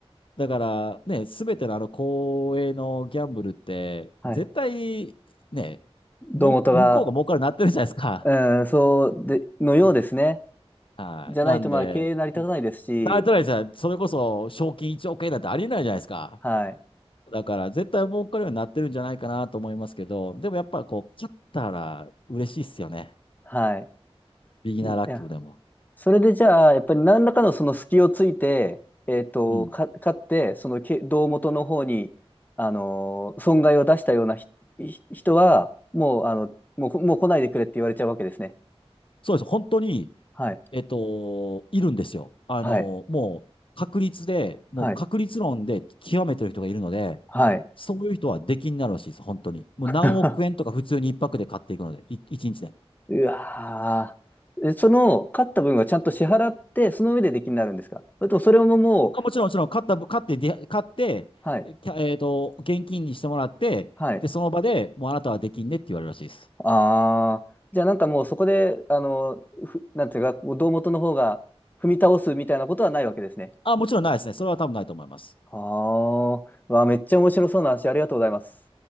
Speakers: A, on the left; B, on the left.
A: だからね、すべてのあの公営のギャンブルって、
B: はい。
A: 絶対ね、
B: 胴元が、
A: もう、向こうが儲かるようになってるじゃないですか。
B: うん、そうで、のようですね。
A: うんはい。
B: じゃないと、
A: なんで、
B: まあ、経営成り立たないですし、
A: なってないじゃそれこそ賞金1億円なんてありえないじゃないですか。
B: はい。
A: だから絶対儲かるようになってるんじゃないかなと思いますけど、でもやっぱこう、勝ったら嬉しいっすよね。
B: はい。
A: ビギナーラッキーでも。
B: いやそれでじゃあ、やっぱり何らかのその隙をついて、えっと、
A: うん。
B: か、勝って、そのけ胴元の方に、あのー損害を出したようなひひ人は、もう、あの、もうこ、もう来ないでくれって言われちゃうわけですね。
A: そうです。本当に
B: はい。
A: えっと、いるんですよ。あの、
B: はい。
A: もう確率で、もう確率論で極めてる人がいるので、
B: はい。はい。
A: そういう人は出禁になるらしいです、本当に。もう何億円とか普通に一泊で買っていくので、
B: <laughs>
A: い一日で。
B: うわーえその、勝った分はちゃんと支払って、その上で出禁になるんですかそれともそれももう、
A: あ、もちろん、もちろん、買った、買って、で買って、
B: はい。
A: えキャえっと、現金にしてもらって、
B: はい。
A: で、その場でもうあなたは出禁ねって言われるらしいです。
B: ああ、じゃあなんかもうそこで、あの、ふ、なんていうか、胴元の方が踏み倒すみたいなことはないわけですね。
A: あ、もちろんないですね。それは多分ないと思います。
B: ああ、わあ、めっちゃ面白そうな話、ありがとうございます。